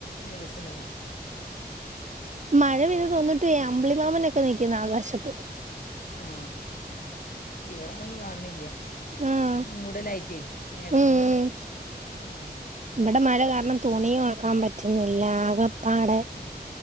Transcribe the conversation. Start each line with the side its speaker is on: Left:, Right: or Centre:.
Left: ഏ ബസ്സിനൊ
Right: മഴപെയ്ത് തോർന്നിട്ടു ഏ അമ്പിളിമാമനൊക്കെ നിക്കുന്നു. ആകാശത്ത്.
Left: ആ ഇവിടെ ഒന്നും കണ്ല്ല
Right: ഉം
Left: മൂടലായിറ്റേ മേഘങ്ങളും
Right: ഉം ഉം
Left: ഉം.
Right: ഇവിടെ മഴ കാരണം തുണിയും ഒണക്കാൻ പറ്റുന്നില്ലാ, ആകെ. പാടെ
Left: ആ,